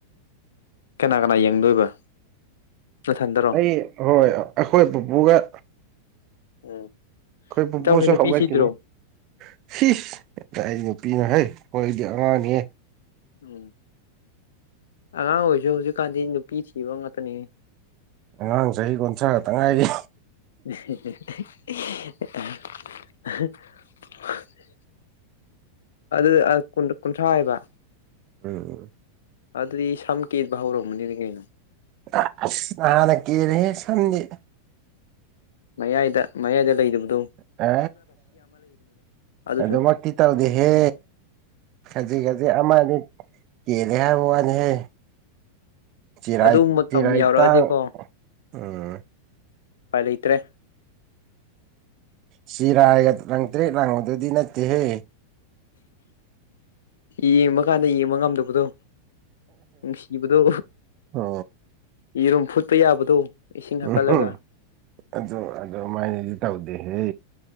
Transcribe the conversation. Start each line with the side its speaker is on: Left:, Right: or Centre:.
Left: ꯀꯅꯥ ꯀꯅꯥ ꯌꯦꯡꯗꯣꯏꯕ ꯅꯊꯟꯗ
Right: ꯑꯩ ꯍꯣꯏ ꯑꯩꯈꯣꯏ ꯕꯨꯄꯨꯒ
Left: ꯎꯝ
Right: ꯄꯨꯄꯨꯁꯨ
Left: ꯏꯇꯥꯎꯕꯤ ꯅꯨꯄꯤꯁꯤꯗ꯭ꯔꯣ
Right: ꯍꯧꯒꯠꯈꯤꯅꯤ ꯁꯤꯁ ꯀꯥꯢ ꯅꯨꯄꯤꯅꯣ ꯍꯦ ꯑꯩꯈꯣꯏꯗꯤ ꯑꯉꯥꯡꯅꯤꯍ
Left: ꯎꯝ ꯑꯉꯥꯡ ꯑꯣꯏꯔꯤꯁꯨ ꯍꯧꯖꯤꯛꯀꯥꯟꯗꯤ ꯅꯨꯄꯤ ꯊꯤꯕ ꯉꯥꯛꯇꯅꯤ
Right: ꯑꯉꯥꯡ ꯆꯍꯤ ꯀꯨꯟꯊ꯭ꯔ ꯈꯛꯇꯥ ꯉꯥꯏꯔꯤ
Left: <unintelligible> ꯑꯗꯨ ꯑ ꯀꯨꯟ ꯀꯨꯟꯊ꯭ꯔꯥ ꯍꯥꯏꯕ
Right: ꯎꯝ ꯎꯝ
Left: ꯑꯗꯨꯗꯤ ꯁꯝꯀꯦꯠꯕ ꯍꯧꯔꯝꯃꯅꯤ ꯀꯩꯅꯣ
Right: ꯑ ꯑꯁ ꯅꯍꯥꯟꯅ ꯀꯦꯟꯂꯦꯍꯦ ꯁꯝꯗꯤ
Left: ꯃꯌꯥꯏꯗ ꯃꯌꯥꯏꯗ ꯂꯩꯔꯤꯕꯗꯣ
Right: ꯑ
Left: ꯑꯗꯨꯁꯨ
Right: ꯑꯗꯨꯃꯛꯇꯤ ꯇꯧꯗꯦꯍꯦ ꯈꯖꯤꯛ ꯈꯖꯤꯛ ꯑꯃꯅꯤ ꯀꯦꯜꯂꯦ ꯍꯥꯏꯕ ꯋꯥꯅꯤꯍꯦ ꯆꯤꯔꯏ
Left: ꯑꯗꯨ ꯃꯇꯝ
Right: ꯆꯤꯔꯥꯏ
Left: ꯌꯥꯎꯔꯛꯑꯗꯤꯀꯣ
Right: ꯇꯥꯡ ꯎꯝ
Left: ꯎꯄꯥꯏ ꯂꯩꯇ꯭ꯔꯦ
Right: ꯆꯤꯔꯥꯒ ꯂꯪꯇ꯭ꯔꯦꯠ ꯂꯥꯡꯕꯗꯨꯗꯤ ꯅꯠꯇꯦꯍꯦ
Left: ꯌꯦꯡꯕ ꯀꯥꯟꯗ ꯌꯦꯡꯕ ꯉꯝꯗꯕꯗꯣ ꯅꯨꯡꯁꯤꯕꯗꯣ
Right: ꯑꯣ
Left: ꯌꯦꯔꯨꯝ ꯐꯨꯠꯄ ꯌꯥꯕꯗꯣ ꯏꯁꯤꯡ ꯍꯥꯞꯀꯠꯂꯒ
Right: ꯎꯝ ꯑꯗꯨ ꯑꯗꯨ ꯃꯥꯏꯅꯦꯗꯤ ꯇꯧꯗꯦꯍꯦ